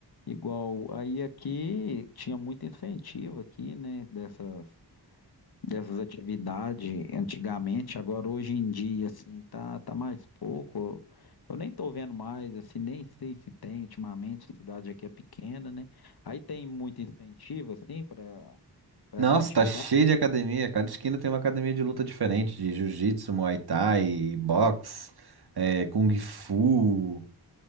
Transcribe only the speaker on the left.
Igual, aí aqui tinha muito incentivo aqui, né, dessas, dessas atividades antigamente, agora hoje em dia, assim, tá, tá mais pouco, eu nem tô vendo mais, assim, nem sei se tem ultimamente, a cidade aqui é pequena, né, aí tem muito incentivo, assim, para para
essas atividades,